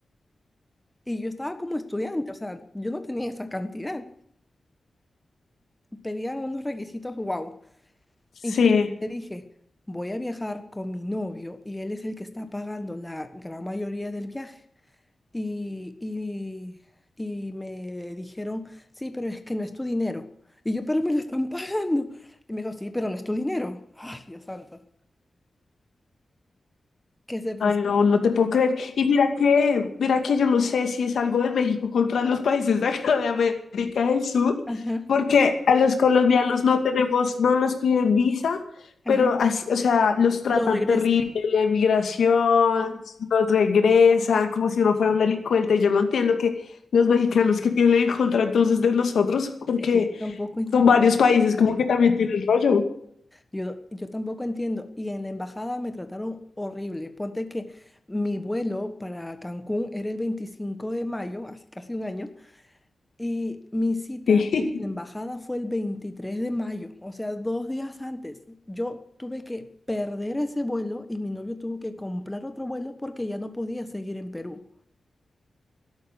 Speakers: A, in the centre; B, on the left (about 80°).
A: Y yo estaba como estudiante, o sea, yo no tenía esa cantidad. Pedían unos requisitos, wow.
B: Sí.
A: Incluso te dije, voy a viajar con mi novio y él es el que está pagando la gran mayoría del viaje. Y, y, y me dijeron, sí, pero es que no es tu dinero. Y yo, pero me lo están <laughs> pagando. Y me dijo, sí, pero no es tu dinero. Ay, Dios santo. Que se pusieron.
B: Ay, no, no te puedo creer. Y mira que, mira que yo no sé si es algo de México contra los países de acá de América del Sur,
A: Ajá,
B: porque a los colombianos no tenemos, no nos piden visa,
A: ajá.
B: pero así, o sea, los tratan
A: Lo regreso.
B: terrible, la emigración, los regresan, como si uno fuera un delincuente. Yo no entiendo que los mexicanos que tienen en contra entonces de nosotros, porque
A: Es que yo tampoco, en-
B: son varios países como que también tienen rollo.
A: yo, yo tampoco entiendo. Y en la embajada me trataron horrible. Ponte que mi vuelo para Cancún era el 25 de mayo, hace casi un año. Y mi cita
B: <laughs>
A: en la embajada fue el 23 de mayo, o sea, dos días antes. Yo tuve que perder ese vuelo y mi novio tuvo que comprar otro vuelo porque ya no podía seguir en Perú.